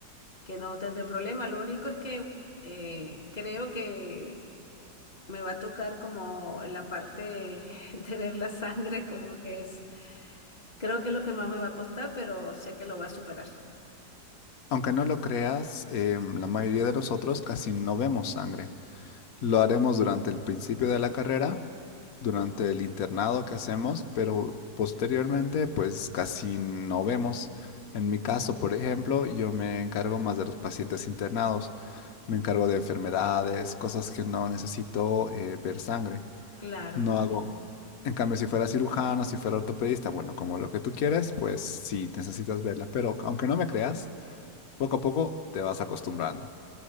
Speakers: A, on the left; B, on the left.
A: que no tendré problema. Lo único es que eh, creo que me va a tocar como en la parte <laughs> de ver la sangre, como que es, creo que es lo que más me va a costar, pero sé que lo voy a superar.
B: Aunque no lo creas, em, la mayoría de nosotros casi no vemos sangre. Lo haremos durante el principio de la carrera, durante el internado que hacemos, pero posteriormente, pues casi no vemos. En mi caso, por ejemplo, yo me encargo más de los pacientes internados. Me encargo de enfermedades, cosas que no necesito eh, ver sangre.
A: Claro,
B: No
A: sí,
B: hago. En
A: sí,
B: cambio,
A: sí.
B: si fuera cirujano, si fuera ortopedista, bueno, como lo que tú quieras, pues sí, necesitas verla. Pero aunque no me creas, poco a poco te vas acostumbrando.